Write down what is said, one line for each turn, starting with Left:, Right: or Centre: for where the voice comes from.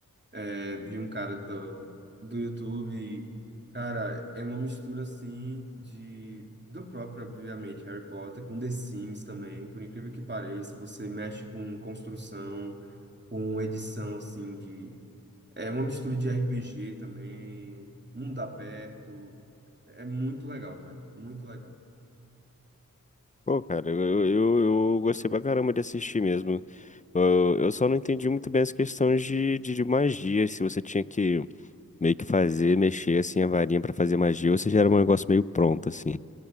Right: é, de um cara do, do YouTube. Cara, é uma mistura assim de do próprio, obviamente, Harry Potter com The Sims também, por incrível que pareça, você mexe com construção, com edição assim de é uma mistura de RPG também, mundo aberto, é muito legal, cara, muito legal.
Left: Pô, cara, eu, eu, eu eu gostei pra caramba de assistir mesmo. Eu, eu só não entendi muito bem as questões de, de, de magia, se você tinha que meio que fazer, mexer assim a varinha pra fazer magia, ou se já era um negócio meio pronto, assim.